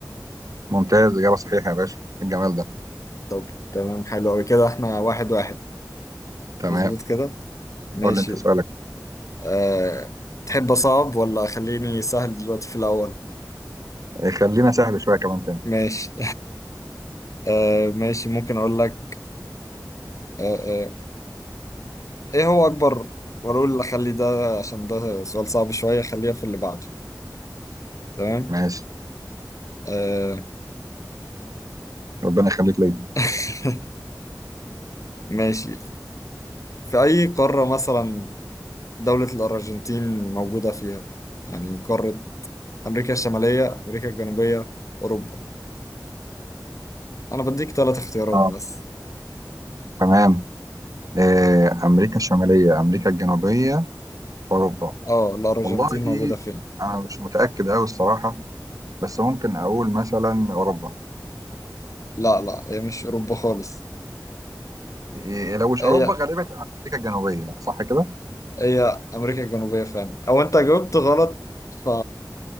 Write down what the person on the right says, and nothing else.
ممتاز إجابة صحيحة يا باشا إيه الجمال ده
تمام
قول لي أنت سؤالك
آه، خلينا سهل شوية كمان تاني
ماشي
ربنا يخليك ليا
آه.
تمام آه، أمريكا الشمالية أمريكا الجنوبية أوروبا
والله
أنا مش متأكد أوي الصراحة بس ممكن أقول مثلا أوروبا
إيه، لو مش
أوروبا غالبا تبقى أمريكا الجنوبية صح كده؟